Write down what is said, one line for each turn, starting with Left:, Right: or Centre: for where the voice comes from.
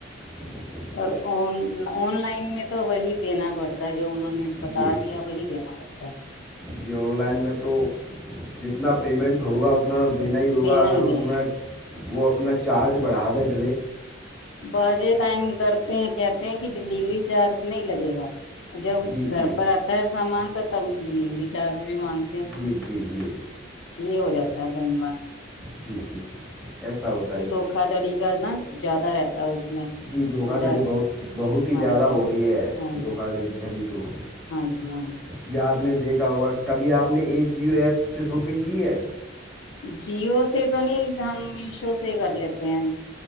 Centre: ہ
Left: اور آن لائن میں تو وہی دینا پڑتا ہے جو انہوں نے بتا
Centre: جی
Left: دیا وہی دینا تا
Centre: جی آن لائن میں تو جتنا پیمنٹ ہوگا اتنا دینا
Left: ہے
Centre: ہی ہوگا اگر
Left: ہی دینا
Centre: اس میں وہ اپنا چارج بڑھا دیتا
Left: بازے ٹائم کرتے ہیں کہتے ہیں کہ ڈلیوری چارج نہیں لگے گا جب
Centre: جی
Left: گھر
Centre: جی
Left: پر آتا ہے سامان تو تب ڈیلیوری چارج بھی مانگتے ہیں
Centre: جی جی جی
Left: یہ ہو جاتا ہے کہیں بار
Centre: جی جی یا ساؤت
Left: دھوکا دھڑی کا نا زیادہ رہتا ہے اس میں
Centre: جی دھوکا
Left: ڈر
Centre: دھڑی بہت بہت ہی
Left: ہاں
Centre: زیادہ
Left: جی
Centre: ہو رہی ہے
Left: ہاں جی
Centre: دھوکا دھڑی تو
Left: ہاں جی ہاں جی
Centre: جی آپ نے دیکھا ہوگا کبھی آپ نے اے جیو ایپ سے شاپنگ کی ہے
Left: جیو سے تو نہیں ہم میشو سے ہی کر لیتے ہیں